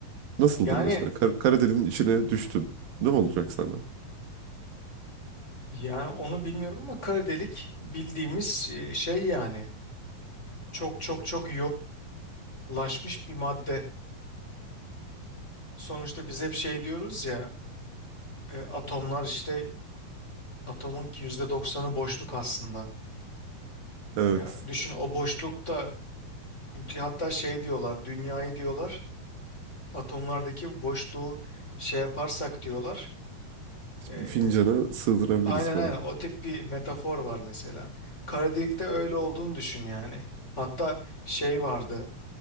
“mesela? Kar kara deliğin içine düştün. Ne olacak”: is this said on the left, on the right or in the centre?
Right